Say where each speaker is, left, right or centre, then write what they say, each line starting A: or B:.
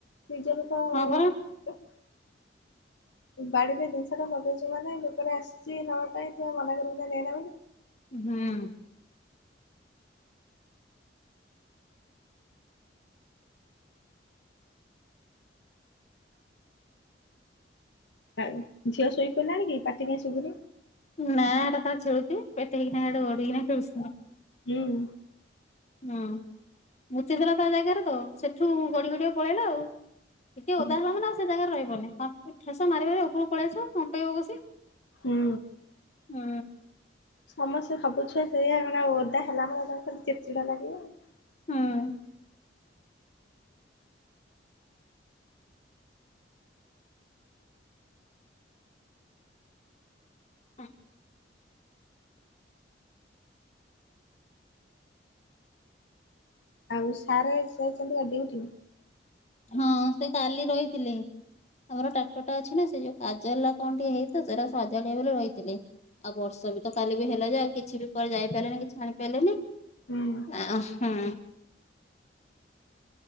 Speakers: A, on the left; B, on the left.
A: ନିଜ ଲୋକ
B: ହଁ ପରା।
A: ହ ବାଡିରେ ଜିନିଷ ଟା ଲଗେଇଛୁ ମାନେ ଲୋକଟା ଆସିଛି ନବା ପାଇଁ ତୁ କଣ ମନା କରିବୁ ନା ନେଏନା ବୋଲି।
B: ହୁଁ।
A: ଆଉ ଝିଅ ଶୋଇ ପଡ଼ିଲାଣି କି? ପାଟିି କାଇଁ ଶୁଭୁନି।
B: ନା <unintelligible> ଖେଳୁଛି ପେଟେଇକିନା ହିଆଡେ ଗଡିକିନା ଖେଳୁଛି।
A: ହୁଁ।
B: ହୁଁ ମୂତିଦେଲା ତା ଜାଗାରେ ତ ସେଠୁ ଗଡି ଗଡି ପଳେଇଲା ଆଉ। ଟିକେ
A: ହୁଁ।
B: ଓଦା ହେଲା ମାନ ଆଉ ସେ ଜାଗାରେ ରହିବନି ଠେସ ମାରି ମାରି ଉପରକୁ ପଳେଇ ଆସିବୁ କମ୍ପେଇବ କସି
A: ହୁଁ।
B: ହୁଁ।
A: ସମସ୍ତେ ସବୁ ଛୁଆ ସେଇଆ ମାନେ ଓଦା ହେଲା ମାନେ ଖାଲି ଚିଡି ଚିଡା ଲାଗିବ ଆଉ।
B: ହୁଁ। ହୁଁ।
A: ଆଉ ସାର୍ ଯାଇଛନ୍ତି ପା ଡ୍ୟୁଟି।
B: ହଁ ସେ କାଲି ରହିଥିଲେ। ଆମର ଟ୍ରାକ୍ଟର ଟା ଅଛି ନା ସେ ଯୋଉ କାଜଲା କଣ ଟିକଏ ହେଇଥିଲା ସେଟା ସଜାଡିବେ ବୋଲି ରହିଥିଲେ। ଆଉ ବର୍ଷା ବି ତ କାଲି ବି ହେଲା ଯେ ଆଉ କିଛି ବି କୁଆଡେ ଯାଇପାରିଲନି କିଛି ଆଣି ପାରିଲେନି।
A: ହୁଁ
B: ଆ ହୁଁ।